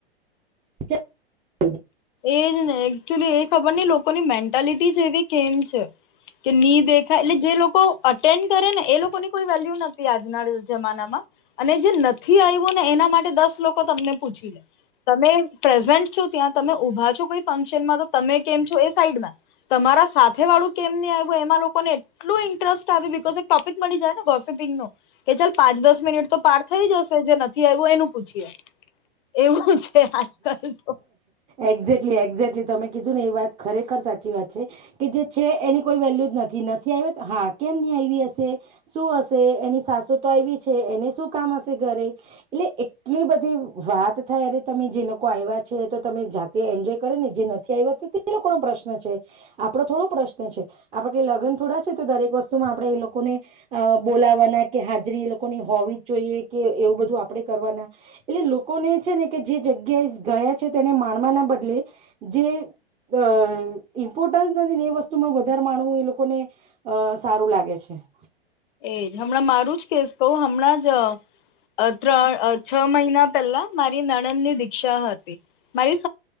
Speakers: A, on the right (about 20°); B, on the left (about 55°).
A: <inaudible>
B: એજને એકચુલી એ ખબરની લોકોની, મેન્ટાલિટી જ એવી કેમ છે. ની દેખાય એટલે જે લોકો અટેન્ડ કરેને, એ લોકોને કોઈ વેલ્યુ નથી, આજના જમાનામાં. અને જે નથી, આયવુંને એના માટે દસ લો તમને પૂછીલે તમે પ્રેઝન્ટ છો, ત્યાં તમે ઉઊભા છો, કોઈ ફંક્શનમાં તો તમે કેમ છો? એ સાઈડમાં તમારા સાથે વાળું કેમ ની આવ્યું, એમાં લોકોને એટલું ઇન્ટરેસ્ટ આવે, બિકઝ એક ટોપિક મળી જાય નેો કે ચાલ પાંચ-દસ મિનિટ, તો પાર થઈ, જશે જે નથી, આવ્યું એનું પૂછીએ. એવું છે, આજકાલ તો
A: એક્ઝેક્ટલી. એક્ઝેક્ટલી, તમે કીધું ને એ વાત ખરેખર સાચી વાત છે, કે જે છે એની કોઈ વેલ્યુ જ નથી. નથી આવ હા, કેમ ની આવી હશે? શું હશે? એની સાસુ તો આવી. છે, એને શું કામ હશે ઘરે? એટલે એટલી બધી વાત. થ અ્યારે તમે જે લોકો આવ્યા છે, તો તમે જાતે એન્જોય કરો ને જે નથી, આવ્યા તે લોકો ન પ્રશ્ન છે. આપડો થોડો પ્રશ્ન છે. આપડ લગ્ન થોડા છે, તો દરેક વસ્તુમાં આપણે એ લોકોને બોલા. કે હાજરી, એ લોકોની હોવી જ જોઈએ, કે એવું બધું આપડે કરવાના, એટલે લોકોને છેને, કે જે જગ્યાએ ગયા છે. તેને માણવાના બદલે જે અ ઇમ્પોર્ટન્સ નથી, ને એ વસ્તુમાં વધારે માણવું, એ લોકોને અ સારું લાગે છે. <inaudible>
B: એજ, હમણાં મારું જ કેસ કહ, હમણાં જ. અ ત્રણ છ, મહિના પહેલા મારી નણંદની દીક્ષા હતી. મારી